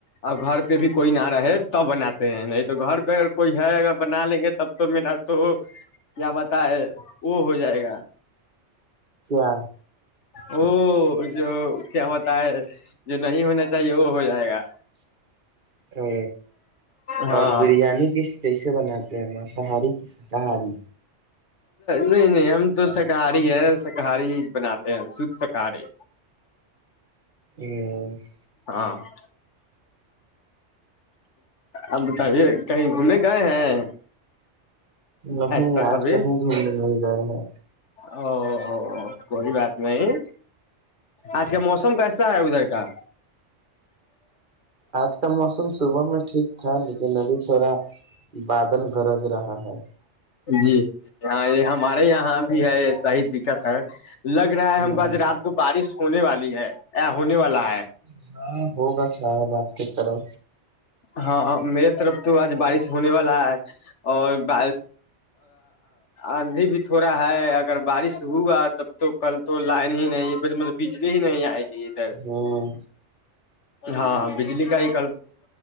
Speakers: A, on the left; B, on the right.
A: اور گھر پہ بھی کوئی نہ رہے تب بناتے ہیں نہیں تو گھر پہ اگر کوئی ہے اگر بنا لیں گے تب تو میرا تو کیا بتائے وہ ہو جائے گا
B: کیا <unintelligible>
A: او جو کیا ہوتا ہے جو نہیں ہونا چاہیے وہ ہو جائے گا
B: او
A: ہاں
B: اور بریانی ک کیسے بناتے ہیں مانساہاری کی شاکاہاری
A: نہیں نہیں ہم تو شاکاہاری ہے شاکاہاری بناتے ہیں شھ شاکاری
B: ہ <inaudible>
A: ہاں <unintelligible> اب بتائیے کہیں گھنے گئے ہیں
B: نہیں
A: تک
B: آج
A: ابھی
B: کہیں گھومنے نہیں گئے ہیں
A: او کوئی بات نہیں آج کا موسم کیسا ہے ادھر کا
B: آج کا موسم صبح میں ٹھیک تھا لیکن ابھی تھوڑا بادل گرج رہا ہے
A: جی جی ہاں یہ ہمارے یہاں بھی ہے ایسا ہی دقت ہے لگ رہا ہے
B: ہوں
A: ہم کو آج رات کو بارش ہونے والی ہونے والا ہے
B: <inaudible> ہاں <unintelligible> ہوگس بارکیٹ طرح
A: ہاں میرے طرف تو آج بارش ہونے والا ہے اور ب آندھی بھی تھوڑا ہے اگر بارش ہوا تب تو کل تو لائن ہی نہیں بجلی ہی نہیں آئے گی ادھر
B: ہاں <unintelligible>
A: ہاں بجلی کا ہی ک